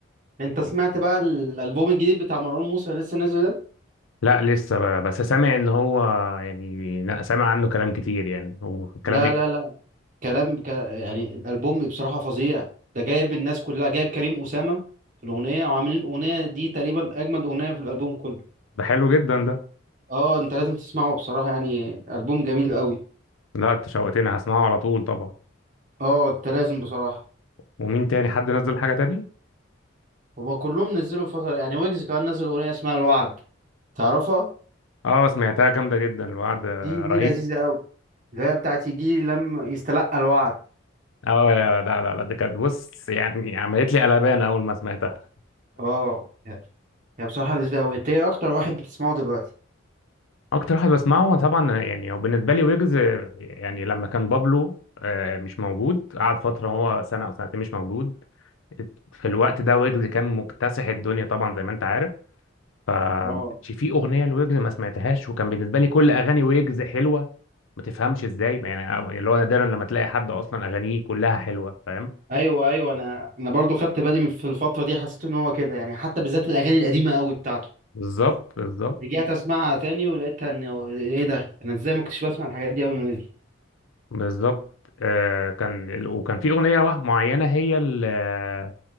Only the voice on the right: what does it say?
أنت سمعت بقى الألبوم الجديد بتاع مروان موسى اللي لسه نازل ده؟
لا
لا لا كلام ك... يعني الألبوم بصراحة فظيع ده جايب الناس كلها جايب كريم أسامة في الأغنية وعاملين الأغنية دي تقريبا أجمد أغنية في الألبوم كله
اه انت لازم تسمعه بصراحة يعني ألبوم جميل قوي
اه انت لازم بصراحة
هما كلهم نزلوا فترة يعني ويجز كمان نزل أغنية اسمها الوعد تعرفها؟
دي دي
لذيذة أوي اللي هي بتاعت يجي لما يستلقى الوعد
اه هي بصراحة لذيذة أوي أنت إيه أكتر واحد بتسمعه دلوقتي؟
اه
ايوه ايوه انا انا برضو خدت بالي من في الفتره دي حسيت ان هو كده يعني حتى بالذات الاغاني القديمه قوي بتاعته
رجعت اسمعها تاني ولقيتها ان هو- ايه ده انا ازاي ما كنتش بسمع الحاجات دي اول ما نزل